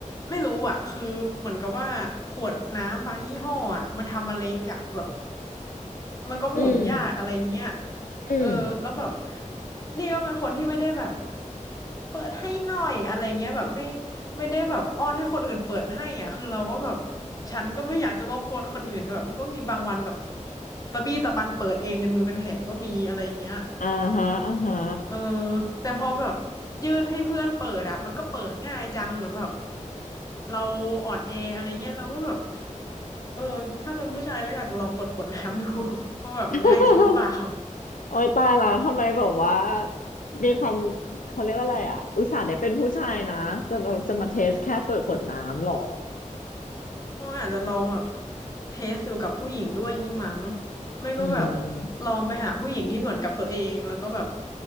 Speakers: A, on the left; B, on the left.
A: ไม่รู้อะคือเหมือนกับว่าขวดน้ำบางยี่ห้ออะมันทำมาเล็กอะแบบแล้วก็หมุนยากอะไรเงี้ย
B: อืมอืม
A: เออแล้วแบบนี่ก็เป็นคนที่ไม่ได้แบบ เปิดให้หน่อยอะไรเงี้ยแบบไม่ไม่ได้แบบอ้อนให้คนอื่นเปิดให้อ่ะคือเราก็แบบฉันก็ไม่อยากจะรบกวนคนอื่นแบบมันก็มีบางวันแบบตะบี้ตะบันเปิดเองจนมือเป็นแผลก็มีอะไรเงี้ย
B: อ่าฮะอ่าฮะ
A: เออแต่พอแบบยื่นให้เพื่อนเปิดอ่ะมันก็เปิดง่ายจังเหมือนแบบเราอ่อนแออะไรเงี้ยเราก็แบบเออถ้าเป็นผู้ชายก็อยากจะลองเปิดขวดน้ำดู <laughs> ว่าแบบมันง่ายจริงหรือเปล่า
B: <laughs> โอ้ยตายละทำไมแบบว่ามีความเขาเรียกว่าอะไรอ่ะอุตส่าห์ได้เป็นผู้ชายนะจะจะมาเทสแค่เปิดขวดน้ำเหรอ
A: ก็อาจจะลองแบบเทสอยู่กับผู้หญิงด้วยงี้มั้งไม่ก็แบบ
B: อืม
A: ลองไปหาผู้หญิงที่เหมือนกับตัวเองแล้วก็แบบ